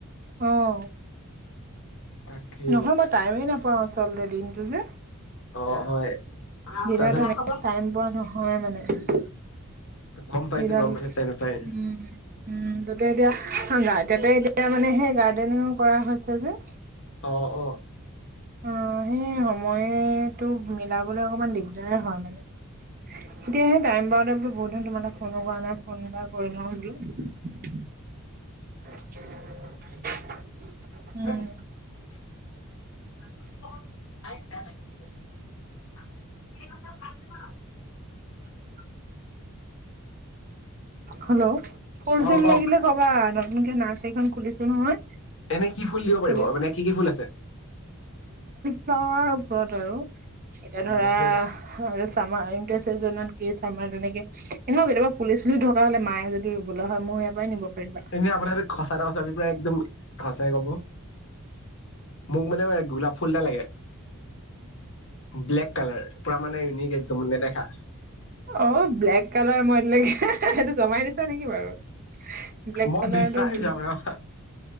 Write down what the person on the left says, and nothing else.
তাকে
অ হয়
তাৰপিছত
গম পাইছো
গম পাইছো তেনেকুৱাই
অহ-অহ।
<unintelligible>
<unintelligible>
অ কওক
এনে কি ফুল দিব
পাৰিব, মানে কি-কি ফুল আছে?
মইতো
এনে আপোনাক খচা টা কৈছে পোৰা একদম সচাই কব। মোক মানে গোলাপ ফুল এটা লাগে, ব্লেক কালাৰ। পুৰা মানে ইউনিক একদম নেদেখা
মই
বিচাৰিছো
আপোনাৰ